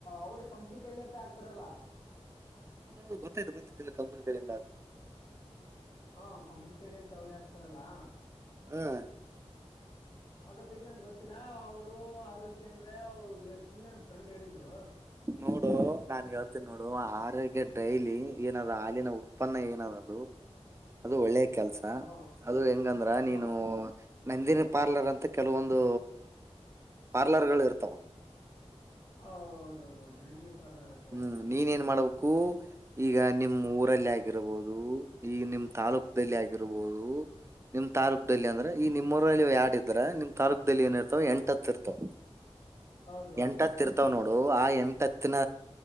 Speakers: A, on the left; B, on the right.
A: ಅವ್ರು ಕಂಪ್ನಿ. ಕಳ್ಳಿ ಅಂತ ಆಗ್ತಾರಲ್ಲ
B: ಹ ಗೊತ್ತಾಯ್ತು ಗೊತ್ತತ್ತುಲ್ಲ ಕಂಪನಿಗಳಿಂದ
A: ಹಾ ಕಂಪನಿಕಡೆ ಯಿಂದ ಅವ್ರೆ ಹಾಕ್ತಾರಲ್ಲಾ
B: ಹ್ಮ್
A: ಅದ್ರ ಬಗ್ಗೆ ನನ್ ಗೊತ್ತಿಲ್ಲ ಅವರು ಆರೋಗ್ಯ ಅಂದ್ರೆ ಅವರು ಸುಮ್ನೆನ್ನ ಫ್ರೆಂಡ್ ಹೇಳಿದ್ರು <inaudible>
B: ನೋಡು ನಾನ್ ಹೇಳ್ತೀನಿ ನೋಡು ಆರೋಗ್ಯ ಡೈಲಿ ಏನಾದ ಹಾಲಿನ ಉತ್ಪನ್ನ ಏನದು ಅದು ಒಳ್ಳೆ ಕೆಲ್ಸ
A: ಹ್ಞೂ
B: ಅದು ಹೆಂಗಂದ್ರ
A: ಹ್ಞೂ
B: ನೀನು ನಂದಿನಿ ಪಾರ್ಲರ್ ಅಂತ ಕೆಲವೊಂದು ಪಾರ್ಲರ್ಗಳು ಇರ್ತಾವ
A: ಹೌದೌದೌದು ನಂದಿ ಪಾರ್ಲರ್ ಅಂತ
B: ಹ್ಮ್
A: ಹೌದು
B: ನೀನ್ ಏನ್ ಮಾಡಬ <unintelligible> ಕು ಈಗ ನಿಮ್ಮ್ ಊರಲ್ಲಿ ಆಗಿರಬಹುದು ಈ ನಿಮ್ ತಾಲ್ಲೊಕ್ದಲ್ಲಿ ಆಗಿರಬಹುದು. <unintelligible> ಬಹದು ನಿಮ್ ತಾಲೂಕ್ದಲ್ಲಿ ಅಂದ್ರೆ ಈ ನಿಮ್ ಊರಲ್ಲಿ ಯರಡ್ ಇದ್ರ ನಿಮ್ ತಾಲೂಕ್ದಲ್ಲಿ ಏನ ಇರ್ತಾವ ಎಂಟತ್ ಇರ್ತಾವ.
A: ಹೌದೌದು
B: ಎಂಟ ಹತ್ತ ಇರ್ತವ್ ನೋಡು ಆ ಎಂಟ್ ಹತ್ತನ.